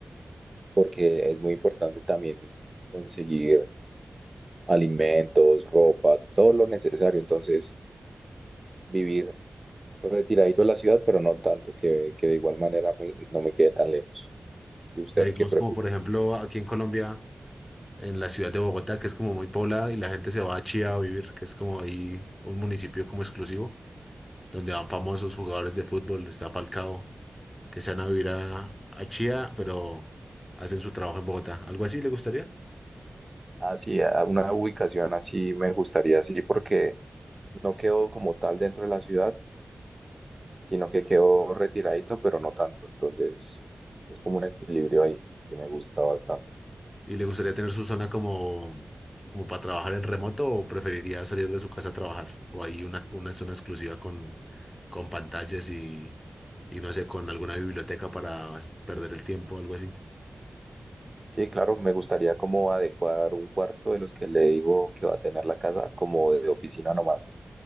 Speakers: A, on the right (about 30°); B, on the left (about 20°).
A: porque es muy importante también conseguir alimentos, ropa, todo lo necesario, entonces vivir retiradito de la ciudad, pero no tanto, que, que de igual manera me- no me quede tan lejos. ¿Y usted
B: O sea, digamos
A: qué prefiere?
B: como por ejemplo aquí en Colombia, en la ciudad de Bogotá, que es como muy poblada y la gente se va a Chía a vivir, que es como ahí un municipio como exclusivo, donde van famosos jugadores de fútbol, está Falcao, que se van a vivir a, a Chía, pero hacen su trabajo en Bogotá. ¿Algo así le gustaría?
A: Así, a una ubicación así me gustaría, así, porque no quedo como tal dentro de la ciudad, sino que quedó retiradito, pero no tanto. Entonces, es como un equilibrio ahí que me gusta bastante.
B: ¿Y le gustaría tener su zona como, como para trabajar en remoto o preferiría salir de su casa a trabajar? ¿O hay una, una zona exclusiva con, con pantallas y, y no sé, con alguna biblioteca para s- perder el tiempo o algo así?
A: Sí, claro, me gustaría como adecuar un cuarto de los que le digo que va a tener la casa como de oficina nomás,